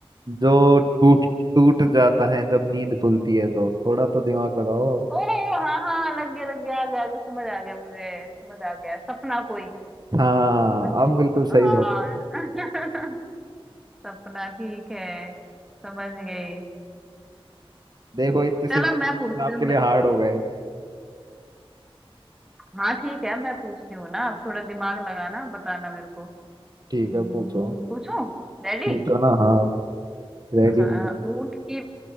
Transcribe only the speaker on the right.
जो टूट टूट जाता है जब नींद खुलती है तो थोड़ा तो दिमाग लगाओ
हाँ
आप बिल्कुल सही
बोल रहे हो
देखो इतने सिंपल
सिंपल
आपके
लिए हार्ड हो गए
ठीक है पूछो
पूछो ना हाँ रेडी
हूँ मैं।